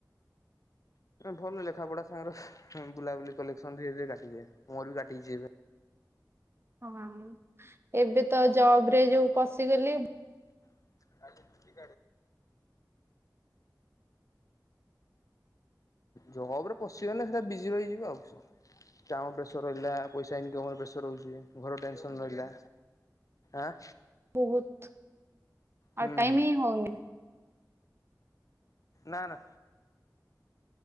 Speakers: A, on the left; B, on the right.
A: ଭଲ ଲେଖାପଢା ସାଙ୍ଗର ବୁଲାବୁଲି କଲେକ୍ସନ ଧୀରେ ଧୀରେ କାଟିଯାଏ ମୋର ବି କାଟିଯାଇଛି ଏବେ।
B: ହଁ ଏବେ ତ ଜବ ରେ ଯୋଉ ପସିଗଲି।
A: ହୁଁ ଜବ୍ ରେ ପଶିଗଲେ ସେଟା ବିଜି ରହିଯିବ ଆଉ କଣ କାମ ପ୍ରେସର ରହିଲା ପଇସା ଇନ୍କମ୍ ର ପ୍ରେସର ରହୁଚି ଘର ଟେନସନ ରହିଲା, ଆଁ
B: ବହୁତ୍
A: ହୁଁ
B: ଆଉ
A: ହୁଁ
B: ଟାଇମ୍ ହିଁ ହଉନି।
A: ନା ନା